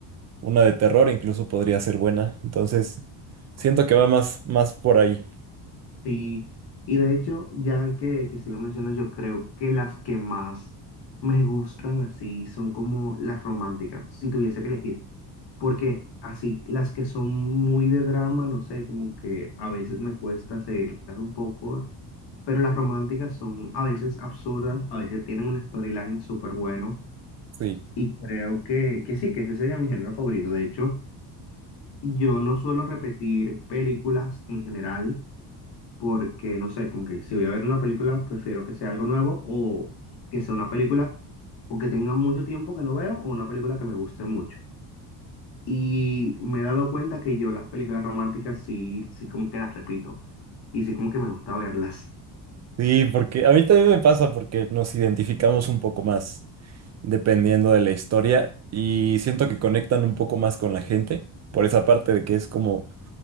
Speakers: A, on the right; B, on the left.
A: una de terror incluso podría ser buena. Entonces, siento que va más, más por ahí.
B: sí, y de hecho, ya que, que si lo mencionas, yo creo que las que más me gustan así son como las románticas, si tuviese que elegir. Porque así, las que son muy de drama, no sé, como que a veces me cuesta seguirlas un poco pero las románticas son a veces absurdas, a veces tienen un storyline súper bueno
A: Sí.
B: y creo que, que sí, que ese sería mi género favorito. De hecho, yo no suelo repetir películas en general porque, no sé, como que si voy a ver una película, prefiero que sea algo nuevo o que sea una película o que tenga mucho tiempo que no veo o una película que me guste mucho. Y me he dado cuenta que yo las películas románticas sí, sí como que las repito y sí como que me gusta verlas.
A: Sí, porque a mí también me pasa porque nos identificamos un poco más dependiendo de la historia y siento que conectan un poco más con la gente por esa parte de que es como